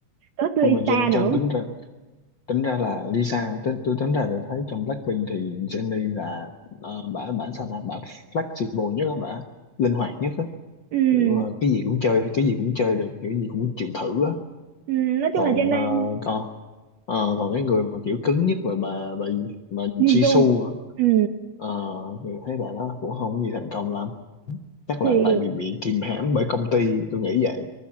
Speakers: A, on the right; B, on the left.
A: tôi thích Lisa
B: Nhưng mà Jen Jen
A: nữa
B: tính ra tính ra là Lisa tính, tôi tính ra được thấy trong Blackpink thì Jennie là ờ, bả bả sao là bả flexible nhất á bả linh hoạt nhất á
A: ừ,
B: kiểu ờ, cái gì cũng chơi cái gì cũng chơi được kiểu gì cũng chịu thử á
A: ừ, nói chung
B: còn
A: là Jennie
B: ờ, còn ờ, còn cái người mà kiểu cứng nhất là bà bà gì? bà Jisoo
A: Jisoo
B: á
A: ừ.
B: Ờ, thì thấy bà đó cũng không có gì thành công lắm chắc
A: thì
B: là tại vì bị kìm hãm bởi công ty tôi nghĩ vậy